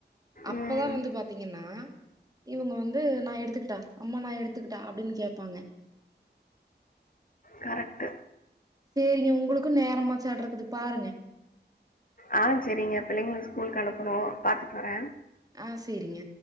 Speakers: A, on the right; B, on the left.
A: அப்பதா
B: ம்.
A: வந்து பாத்தீங்கன்னா இவுங்க வந்து நா எடுத்துக்கிட்டா அம்மா நா எடுத்துக்கிட்டா அப்டின் கேப்பாங்க
B: கரெக்ட்
A: சேரிங்க உங்களுக்கு நேரமாச்சற்றுக்குது பாருங்க
B: ஆ செரிங்க பிள்ளைங்கள ஸ்கூலுக்கு அனுப்பணு பாத்துட்டு வர
A: ஆ செரிங்க